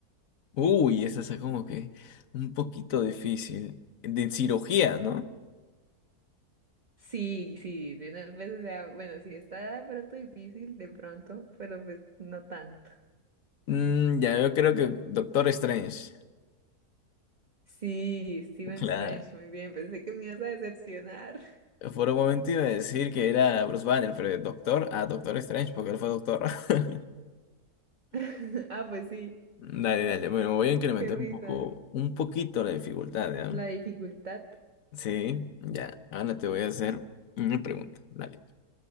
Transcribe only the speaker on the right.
Sí, sí, de unas veces, o sea, bueno, sí está de pronto difícil, de pronto, pero pues no tanto.
Sí, Stephen
Strange, muy bien, pensé que me ibas a decepcionar.
<laughs> Ah, pues sí,
qué risa.
La dificultad,